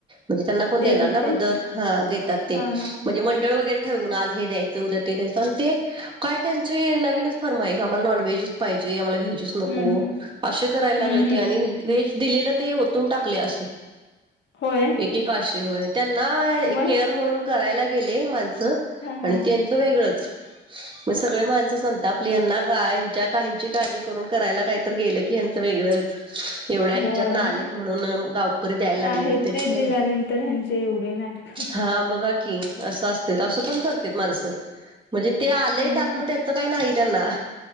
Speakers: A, on the right; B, on the left.
A: म्हणजे त्यांना कोण
B: देतात
A: देणार ना
B: काय
A: मग दर हा देतात ते
B: हा हा
A: म्हणजे मंडळ वगैरे ठरवून आज हे द्यायचं उदया ते द्यायचं अण ते काय त्यांचे नवीनच फरमाईस आम्हाला नॉनव्हेजच पाहिजे आम्हाला व्जच नको
B: हम्म हम्म
A: असे करायला
B: हम्म
A: लागले
B: हम्म
A: ते आणि व्हेज दिलेलं ते ओतून टाकले असंल
B: होय
A: एक एक आशे होय त्यांना
B: मग
A: केअर म्हणून करायला गेले माणसं
B: हा
A: आणि
B: हा
A: त्यांन वेगळच म्हण सगळे माणसं संतापली यांना काय त्या काहींची काळजी करून करायला काहीतर गेलं की अन वेगळंच एवढ्या हिच्यात
B: होय
A: ना आलेत म्हणून गावकरी द्यायला लागले
B: आहेत ते
A: काय
B: दिल्यानंतर
A: नाही
B: ह्यांचे एवढे नाटकं
A: हा बघा की असं असत असं पण करते माणसं म्हणजे ते आलेयेतात
B: हम्म हम्म
A: ना त्या काही नाही त्यांना